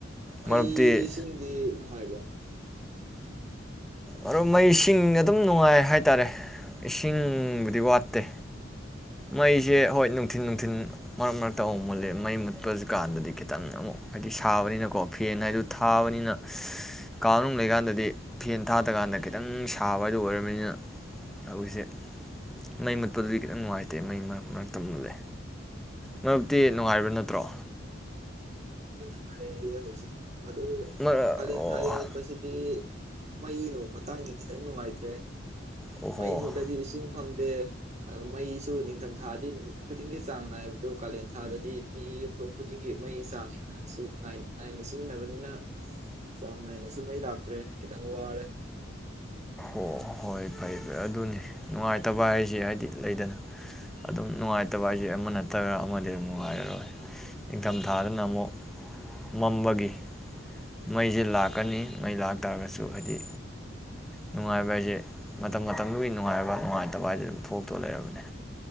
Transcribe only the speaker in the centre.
ꯃꯔꯨꯞꯇꯤ
ꯑꯣ ꯃꯩꯁꯤꯡ ꯑꯗꯨꯝ ꯅꯨꯡꯉꯥꯏ ꯍꯥꯏꯇꯥꯔꯦ ꯏꯁꯤꯡꯕꯨꯗꯤ ꯋꯥꯠꯇꯦ ꯃꯩꯁꯦ ꯍꯣꯏ ꯅꯨꯡꯊꯤꯟ ꯅꯨꯡꯊꯤꯟ ꯃꯔꯛ ꯃꯔꯛꯇ ꯑꯃꯨꯛ ꯃꯨꯠꯂꯦ ꯃꯩ ꯃꯨꯠꯄ ꯀꯥꯟꯗꯗꯤ ꯈꯤꯇꯪ ꯑꯃꯨꯛ ꯍꯥꯏꯗꯤ ꯁꯥꯕꯅꯤꯅꯀꯣ ꯐꯦꯟ ꯍꯥꯏꯗꯨ ꯊꯥꯕꯅꯤꯅ ꯀꯥꯅꯨꯡ ꯂꯩꯀꯥꯟꯗꯗꯤ ꯐꯦꯟ ꯊꯥꯗꯀꯥꯟꯗ ꯈꯤꯇꯪ ꯁꯥꯕ ꯍꯥꯏꯗꯨ ꯑꯣꯏꯔꯕꯅꯤꯅ ꯍꯧꯖꯤꯁꯦ ꯃꯩ ꯃꯨꯠꯄꯗꯨꯗꯤ ꯈꯤꯇꯪ ꯅꯨꯡꯉꯥꯏꯇꯦ ꯦ ꯃꯩ ꯃꯔꯛ ꯃꯔꯛꯇꯂꯦ ꯃꯔꯛꯇꯤ ꯅꯨꯡꯉꯥꯏꯕ ꯅꯠꯇ꯭ꯔꯣ
ꯃꯔ
ꯑꯣ
ꯑꯣꯍꯣ
ꯑꯣ ꯍꯣꯏ ꯐꯩ ꯐꯔꯦ ꯑꯗꯨꯅꯤ ꯅꯨꯡꯉꯥꯏꯇꯕ ꯍꯥꯏꯁꯦ ꯍꯥꯏꯗꯤ ꯂꯩꯗꯅ ꯑꯗꯨꯝ ꯅꯨꯡꯉꯥꯏꯇꯕ ꯍꯥꯏꯁꯦ ꯑꯃ ꯅꯠꯇꯒ ꯑꯃꯗꯤ ꯑꯗꯨꯝ ꯅꯨꯡꯉꯥꯏꯔꯔꯣꯏ ꯅꯤꯡꯪꯊꯝꯊꯥꯗꯅ ꯑꯃꯨꯛ ꯃꯝꯕꯒꯤ ꯃꯩꯁꯦ ꯂꯥꯛꯀꯅꯤ ꯃꯩ ꯂꯥꯛꯇꯥꯥꯔꯒꯁꯨ ꯍꯥꯏꯗꯤ ꯅꯨꯡꯉꯥꯏꯕ ꯍꯥꯏꯁꯦ ꯃꯇꯝ ꯃꯇꯝꯗꯨꯒꯤ ꯅꯨꯡꯉꯥꯏꯕ ꯅꯨꯡꯉꯥꯏꯇꯕ ꯍꯥꯏꯁꯦ ꯑꯗꯨꯝ ꯊꯣꯛꯇꯣ ꯂꯩꯔꯕꯅꯤ